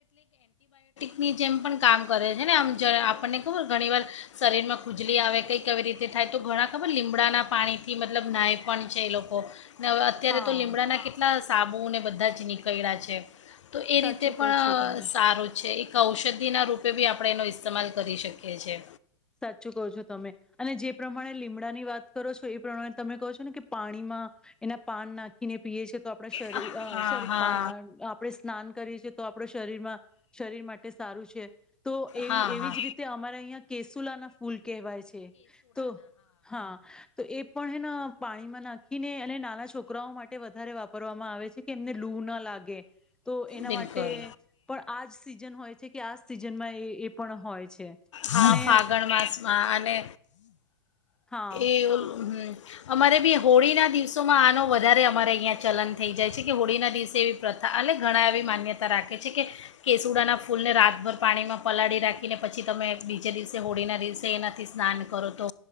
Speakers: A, on the left; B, in the centre.
A: ની જેમ પણ કામ કરે છે ને, આમ જ આપણને ખબર ઘણીવાર શરીરમાં ખુજલી આવે કંઈ કેવી રીતે થાય તો ઘણા ખબર લીમડાના પાણીથી મતલબ નાય પણ છે એ લોકો. અત્યારે
B: હા
A: તો લીમડાના કેટલા સાબુને બધા જ નીકળ્યા છે. તો એ
B: સાચું
A: રીતે પણ
B: કહો છો
A: અ
B: તમે.
A: સારું છે. એક ઔષધિના રૂપે બી આપણે એનો ઇસ્તેમાલ કરી શકીએ છીએ.
B: સાચું કહો છો તમે અને જે પ્રમાણે લીમડાની વાત કરો છો એ પ્રમાણે તમે કહો છો ને કે પાણીમાં એના પાન નાખીને પીએ છે. તો આપણા શરીર
A: હા
B: સોરી
A: હા
B: આપણે સ્નાન કરીએ છીએ તો આપણા શરીરમાં શરીર માટે સારું છે. તો એવી
A: હા
B: એવી
A: હા
B: જ રીતે અમારે અહં કેસુલા ફૂલ કવાય છે. તો હા એ પણ હેન પાણીમાં નાખીને અને નાના છોકરાઓ માટે વધારે વાપરવામાં આવે છે કે એમને લૂ ના લાગે. તો એના
A: બિલકુલ
B: માટે પણ આજ સિઝન હોય છે. કે આજ સિઝનમાં એ પણ હોય છે.
A: હા
B: અને
A: ફાગણ માસમાં અને
B: હા.
A: એવું. હમ્મ અમારે બી હોળીના દિવસોમાં આનો વધારે અમારે અહીંયા ચલન થઈ જાય છે. કે હોળીના દિવસે એવી પ્રથા અને ઘણા એવી માન્યતા રાખે છે, કે કેસુડાના ફૂલને રાતભર પાણીમાં પલાળી રાખીને પછી તમે બીજે દિવસે હોળીના દિવસે એનાથી સ્નાન કરો તો